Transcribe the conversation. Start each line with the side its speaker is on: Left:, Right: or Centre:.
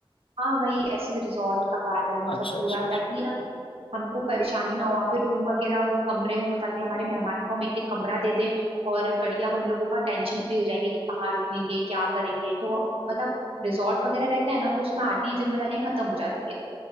Right: हाँ वही ऐसे रिजॉर्ट का गार्डन मतलब
Left: अच्छा
Right: पूरा
Left: अच्छा
Right: ताकि
Left: अच्छा
Right: ना हमको परेशानी ना हो वहाँ पे रूम वगैरह हो कमरे हो ताकि हमारे मेहमान को हम एक एक कमरा दे दें और बढ़िया हम लोगों का टेंशन फ्री हो जाएंगे कि कहाँ रुकेंगे क्या करेंगे तो मतलब रिजॉर्ट वगैरह रहता है ना तो उसमें आधी जिम्मेदारियां खत्म हो जाती है